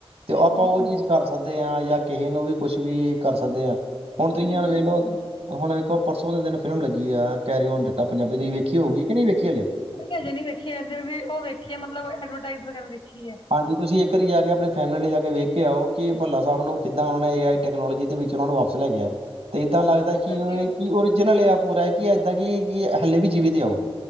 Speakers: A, on the right; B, on the left.
A: ਤੇ
B: ਹਾਂਜੀ
A: ਆਪਾਂ ਉਹ ਚੀਜ਼ ਕਰ ਸਕਦੇ ਦੇ ਹ ਜਾਂ ਕਿਸੇ ਨੂੰ ਵੀ ਕੁਛ ਵੀ ਕਰ ਸਕਦੇ ਹ
B: ਬਿਲਕੁਲ
A: ਹੁਣ ਤੁਸੀਂ
B: ਜੀ
A: ਹਣ
B: ਬਿਲਕੁਲ
A: ਵੇਲੋ ਹੁਣ ਇੱਕੋ ਪਰਸੋਂ ਦੇ ਦਿਨ ਫਿਲਮ ਲੱਗੀ ਆ ਕੈਰੀ ਓਨ ਜੱਟਾ ਪੰਜਾਬੀ ਤੁਸੀਂ ਵੇਖੀ ਹੋ ਗਈ ਕਿ ਨਹੀਂ ਵੇਖੀ ਹੱਲੇ
B: ਉਹ ਅਜੇ ਨ ਵ ਦੇਖੀਏ ਏਧਰ ਵੀ ਉਹ ਵੇਖੀਏ ਮਤਲਬ ਐਡਵਰਟਾਈਜ਼ ਵਗੈਰਾ ਦੇਖੀ ਹੈ।
A: ਹਾਂਜੀ ਤੁਸੀਂ ਇੱਕ ਵਾਰੀ ਜਾ ਕੇ ਆਪਣੀ ਫੈਮਲੀ ਲਈ ਨੇ ਜਾ ਕੇ ਵੇਖ ਕੇ ਆਓ ਕਿ ਭੱਲਾ ਸਾਹਿਬ ਨੂੰ ਕਿੱਦਾਂ ਉਹਨਾਂ ਨੇ ਏ ਆਈ ਟੈਕਨੋਲੋਜੀ ਦੇ ਵਿੱਚ ਉਹਨਾਂ ਨੂੰ ਵਾਪਸ ਚਲੇ ਗਿਆ। ਤੇ ਇੱਦਾਂ ਲੱਗਦਾ
B: ਅੱਛਾ
A: ਕਿ
B: ਜੀ
A: ਉਹ ਕਿ ਓਰੀਜਨਲ ਇਹ ਪੂਰਾ ਹੈ ਕਿ ਏਦਾਂ ਕਿ ਹਲੇ ਵੀ ਜੀਵਿਤ ਉਹ